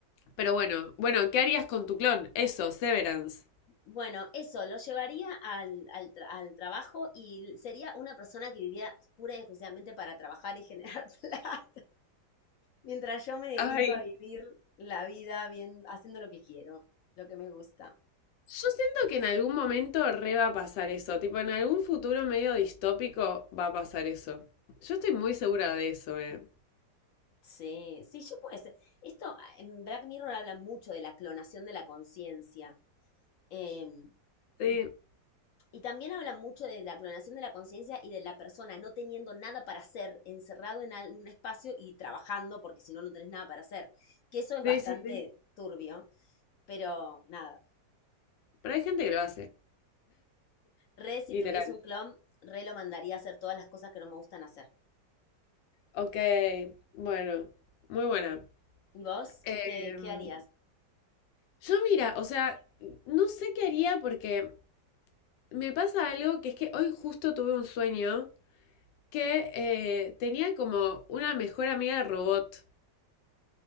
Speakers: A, on the left; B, on the left.
A: pero bueno, bueno, ¿qué harías con tu clon? Eso, Severance.
B: Bueno, eso, lo llevaría al, al, tra- al trabajo y sería una persona que viviera pura y exclusivamente para trabajar y generar <laughs> plata. Mientras yo me dedico
A: Ay,
B: a vivir la vida bien, haciendo lo que quiero, lo que me gusta.
A: yo siento que en algún momento re va a pasar eso, tipo en algún futuro medio distópico va a pasar eso. Yo estoy muy segura de eso, eh.
B: Sí, sí, yo puedo ser. Esto ah, en Black Mirror habla mucho de la clonación de la conciencia. em,
A: Sí,
B: y, y también habla mucho de la clonación de la conciencia y de la persona no teniendo nada para hacer, encerrado en al- un espacio y trabajando, porque si no, no tenés nada para hacer. Que eso es
A: sí,
B: bastante
A: sí, sí.
B: turbio, pero nada.
A: Pero hay gente que lo hace,
B: Re, si
A: literal.
B: tuviese un clon, re lo mandaría a hacer todas las cosas que no me gustan hacer.
A: Ok, bueno, muy buena.
B: ¿Y vos?
A: Em,
B: ¿Qué, qué harías?
A: yo mira, o sea, no sé qué haría porque me pasa algo que es que hoy justo tuve un sueño que eh, tenía como una mejor amiga robot.